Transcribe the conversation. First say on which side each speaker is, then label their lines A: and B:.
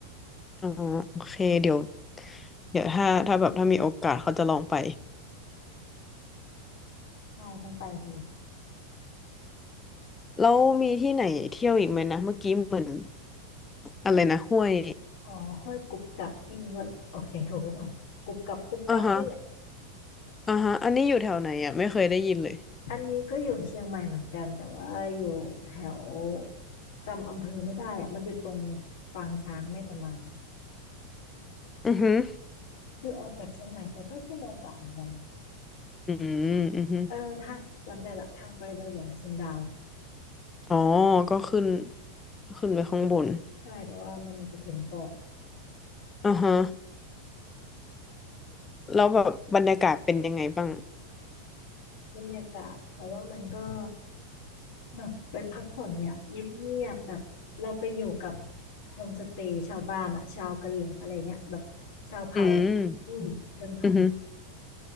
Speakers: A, on the left; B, on the left.
A: อ๋อโอเคเดี๋ยวเดี๋ยวถ้าถ้าแบบถ้ามีโอกาสเขาจะลองไป
B: ใช่ต้องไปดู
A: แล้วมีที่ไหนเที่ยวอีกไหมนะเมื่อกี้เหมือนอะไรนะห้วย
B: อ๋อห้วยกุบกับไม่รู้ว่าออกเสียงถูกหรือเปล่ากรุบกรับกรุบกรับนี่แหละ
A: อ่าฮะอ่าฮะอันนี้อยู่แถวไหนอ่ะไม่เคยได้ยินเลย
B: อันนี้ก็อยู่เชียงใหม่เหมือนกันแต่ว่าอยู่แถวจำอำเภอไม่ได้อะมันอยู่ตรงปางช้างแม่ตะมาน
A: อือหือ
B: คือออกจากเชียงใหม่ไปก็ชั่วโมงกว่าเหมือนกัน
A: ืมอือหือ
B: เออถ้าจำได้ละทางไปดอยหลวงเชียงดาว
A: ๋อก็ขึ้นขึ้นไปข้างบน
B: ใช่แต่ว่ามันจะถึงก่อน
A: อ่าฮะแล้วแบบบรรยากาศเป็นยังไงบ้าง
B: บรรยากาศเขาว่ามันก็แบบไปพักผ่อนเลยอะเงียบๆแบบเราไปอยู่กับโฮมสเตย์ชาวบ้านอะชาวกะเหรี่ยงอะไรเงี้ยแบบชาวเผ่า
A: อืม
B: อืมชนเผ่า
A: อือหือ